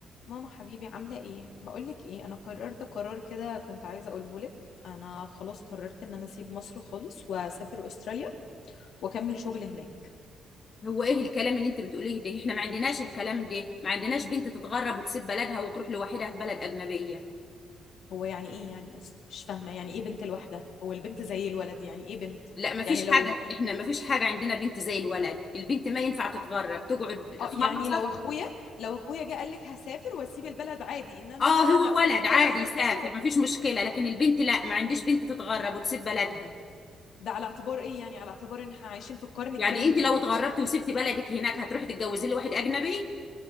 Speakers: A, on the left (about 70°); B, on the left (about 40°).
A: ماما حبيبي عاملة ايه؟ بقولك ايه انا قررت قرار كده كنت عايزة اقوله لك انا خلاص قررت ان انا اسيب مصر خالص واسافر استراليا واكمل شغل هناك
B: هو ايه الكلام اللي انت بتقوليه ده احنا ما عندناش الكلام ده ما عندناش بنت تتغرب وتسيب بلدها وتروح لوحدها في بلد اجنبيه
A: هو يعني ايه يعني اصلا مش فاهمة يعني ايه بنت لوحدها هو البنت زي الولد يعني ايه بنت
B: لا ما فيش
A: يعني لو
B: حاجه احنا ما فيش حاجه عندنا بنت زي الولد البنت ما ينفع تتغرب تقعد
A: اه
B: خلصت
A: يعني لو اخويا لو اخويا جه قال لك هسافر واسيب البلد عادي انما
B: اه
A: ان انا
B: هو
A: اللي اقول
B: ولد عادي
A: كده وعايزة
B: يسافر
A: اسافر و...
B: ما فيش مشكله لكن البنت لا ما عنديش بنت تتغرب وتسيب بلدها
A: ده على اعتبار ايه يعني على اعتبار ان احنا عايشين في القرن الكام
B: يعني انت
A: بالظبط
B: لو اتغربتي وسبتي بلدك هناك هتروحي تتجوزي لي واحد اجنبي